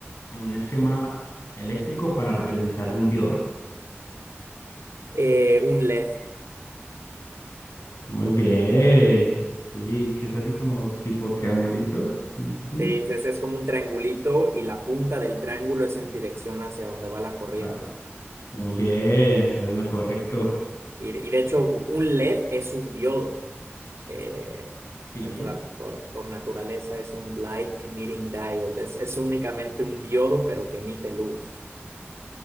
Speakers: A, on the left; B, on the right.
A: en un esquema eléctrico para representar un diodo?
B: Eh, un LED.
A: Muy bien. Sí, que es así como tipo triangulito. como así.
B: Sí, es, es como un triangulito y la punta del triángulo es en dirección hacia donde va la corriente.
A: Ah, muy bien, está en lo correcto.
B: Y, y de hecho, un LED es un diodo. eh,
A: Sí,
B: por, la- por- por naturaleza es un light emitting diode. Es, es únicamente un diodo, pero que emite luz.